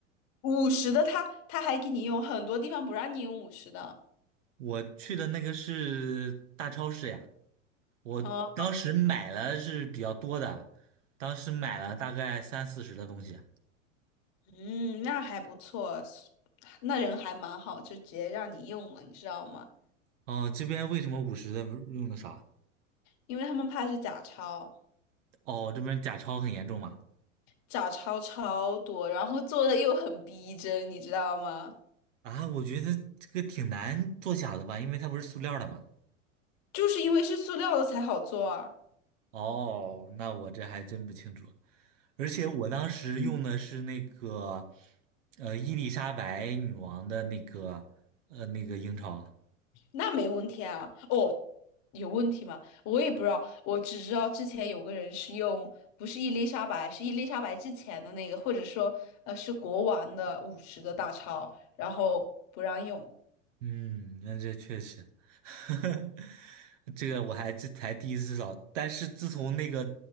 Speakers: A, on the left; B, on the right.
A: 五十的他他还给你用，很多地方不让你用五十的。
B: 我去的那个是大超市呀，我当时买了是比较多的，
A: 哦，
B: 当时买了大概三四十的东西。
A: 嗯，那还不错，那人还蛮好，就直接让你用了，你知道吗？
B: 哦，这边为什么五十的不用的少？
A: 因为他们怕是假钞，
B: 哦，这边假钞很严重嘛？
A: 假钞超多，然后做的又很逼真，你知道吗？
B: 啊，我觉得这个挺难做假的吧，因为它不是塑料的嘛。
A: 就是因为是塑料的才好做啊，
B: 哦，那我这还真不清楚。而且我当时用的是那个，
A: 嗯，
B: 呃，伊丽莎白女王的那个，呃，那个英钞。
A: 那没问题啊。哦，有问题吗？我也不知道，我只知道之前有个人是用，不是伊丽莎白，是伊丽莎白之前的那个，或者说呃是国王的五十的大钞，然后不让用，
B: 嗯，那这确实，<laughs> 这个我还这才第一次找，但是自从那个